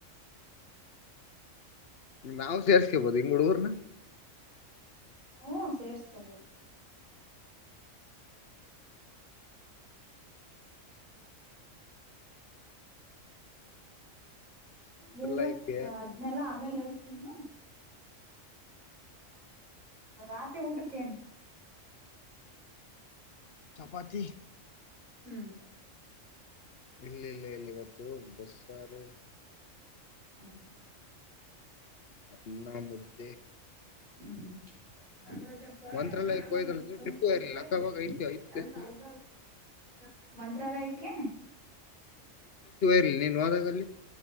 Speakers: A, on the left (about 50°); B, on the right (about 85°).
A: ನಾವು ಸೇರ್ಸ್ಕೇಬೋದ ಇಂಗ್ ಹುಡುಗುರ್ನ.
B: ಹ್ಮ ಸೇರ್ಸ್ಕೋಬೋದು. ಮೂವತ್
A: ಲೈಕ್
B: ಅಧ್ಮೇಲಾ ಆಮೇಲ್ ಹೇಳ್ತೀನಿ. ರಾತ್ರಿ ಊಟಕೆನು.
A: ಚಪಾತಿ.
B: ಹ್ಮ್.
A: ಇಲ್ ಇಲ್ ಇಲ್ಲಿ ಇವತ್ತು ಬಸ್ರು.
B: ಹ್ಮ.
A: ಅನ್ನ ಮುದ್ದೆ.
B: ಹ್ಮ್. ನಾಗರಾಜಪ್ಪ
A: ಮಂತ್ರಾಲಯಕ್ಕೆ
B: ನಾವೊಂದು
A: ಹೋಯ್ದಲ್
B: ತಂದ್
A: ಟ್ರಿಪ್
B: ಕೊಟ್ರೆ.
A: ಹೋಗಿರ್ಲಿಲ್ಲ ಅಕ್ಕವಾಗ ಐತಿ ಐದ್
B: <unintelligible>
A: ಪ್ಲೇಸ್
B: ಮಂತ್ರಾಲಯಕ್ಕೆ.
A: ಇಲ್ ನೀನ್ ಹಾದಾಗಲ್ಲಿ.